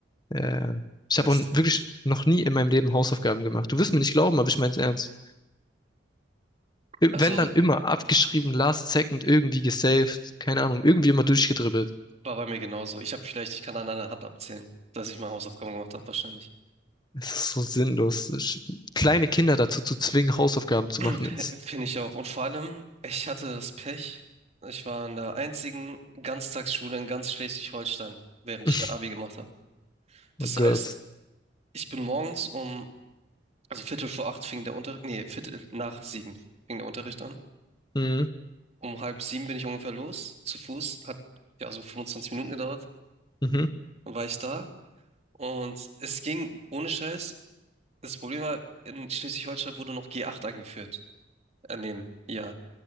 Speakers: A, on the left (about 25°); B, on the right (about 35°).
A: Äh, ich
B: Beste.
A: habe auch wirklich noch nie in meinem Leben Hausaufgaben gemacht. Du wirst mir nicht glauben, aber ich meine es ernst. wenn
B: Also
A: dann immer abgeschrieben, last second irgendwie gesaved, keine Ahnung, irgendwie immer durchgedribbelt.
B: war bei mir genauso. Ich habe vielleicht, ich kann an einer Hand abzählen, dass ich meine Hausaufgaben gemacht habe, wahrscheinlich.
A: Es ist so sinnlos. Sch- Kleine Kinder dazu zu zwingen, Hausaufgaben zu
B: <laughs>
A: machen, ist,
B: Finde ich auch. Und vor allem, ich hatte das Pech, ich war in der einzigen Ganztagsschule in ganz Schleswig-Holstein, während
A: <laughs>
B: ich mein Abi gemacht habe. Das
A: oh Gott.
B: heißt, ich bin morgens um, also Viertel vor acht fing der Unterricht, nee, Viertel nach sieben fing der Unterricht an.
A: Mhm,
B: Um halb sieben bin ich ungefähr los, zu Fuß. Hat ja so 25 Minuten gedauert.
A: mhm.
B: Dann war ich da. Und es ging ohne Scheiß. Das Problem war, in Schleswig-Holstein wurde noch G8 eingeführt. Äh, neben, ja.